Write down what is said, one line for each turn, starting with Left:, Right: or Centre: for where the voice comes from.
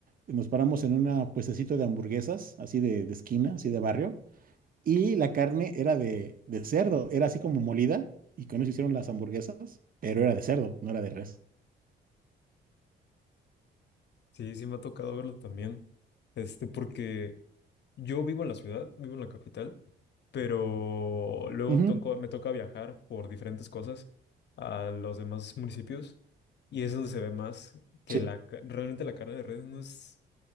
Right: nos paramos en una puestecito de hamburguesas, así de, de esquina, así de barrio, y la carne era de, de cerdo, era así como molida, y con eso hicieron las hamburguesas, pero era de cerdo, no era de res.
Left: Sí, sí me ha tocado verlo también. Este, porque... Yo vivo en la ciudad, vivo en la capital, pero luego
Right: Ujú,
Left: tonco- me toca viajar por diferentes cosas a los demás municipios y es donde se ve más que
Right: Sí.
Left: la, ca- realmente la carne de res no es,